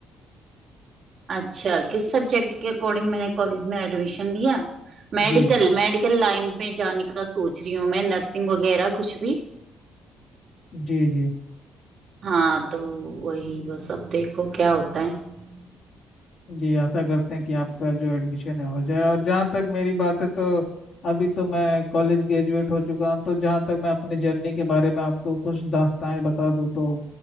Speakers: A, on the right; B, on the left.
A: अच्छा किस सब्जेक्ट के अकॉर्डिंग मैंने कॉलेज में एडमिशन लिया मेडिकल
B: जी
A: मेडिकल लाइन में जाने का सोच रही हूँ मैं नर्सिंग वगैरह कुछ भी
B: जी जी
A: हाँ तो वही बस अब देखो क्या होता है
B: जी आशा करते हैं कि आपका जो एडमिशन है हो जाए और जहाँ तक मेरी बात है तो अभी तो मैं कॉलेज ग्रेजुएट हो चुका हूँ तो जहाँ तक मैं अपनी जर्नी के बारे में आपको कुछ दास्तानें बता दूँ तो